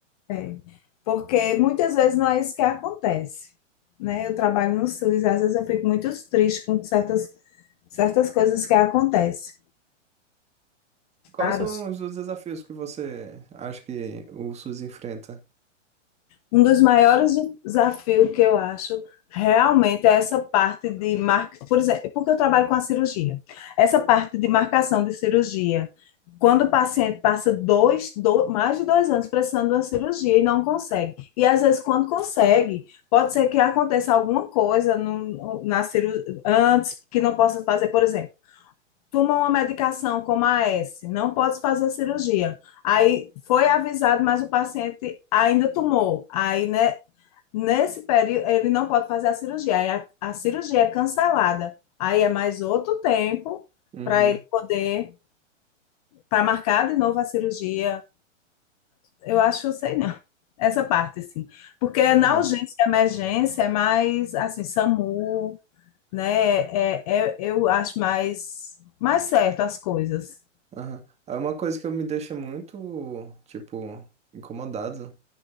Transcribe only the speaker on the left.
é, porque muitas vezes não é isso que acontece, né? Eu trabalho no SUS, às vezes eu fico muito triste com certas certas coisas que acontecem.
para
Claro,
Um dos maiores
desafios que eu acho realmente é essa parte de marca, por exemplo, porque eu trabalho com a cirurgia. Essa parte de marcação de cirurgia. Quando o paciente passa dois, do- mais de dois anos precisando de uma cirurgia e não consegue. E às vezes, quando consegue, pode ser que aconteça alguma coisa no, na ciru, antes que não possa fazer, por exemplo. Toma uma medicação como a S, não pode fazer a cirurgia. Aí foi avisado, mas o paciente ainda tomou. Aí, né, Nesse período, ele não pode fazer a cirurgia. Aí a, a cirurgia é cancelada. Aí é mais outro tempo
para ele poder, para marcar de novo a cirurgia. Eu acho, eu sei não. <laughs> Essa parte, assim. Porque
na urgência e emergência é mais, assim, SAMU, né? É, é- é, eu acho mais, mais certo as coisas.